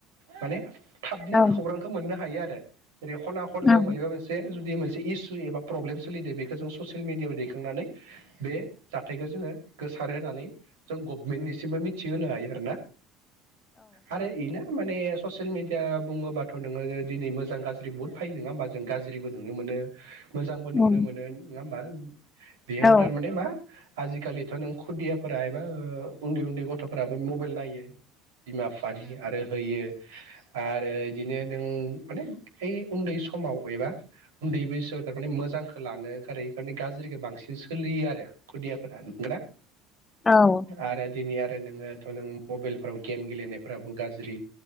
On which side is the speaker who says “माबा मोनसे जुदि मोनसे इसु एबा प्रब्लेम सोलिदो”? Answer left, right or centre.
Right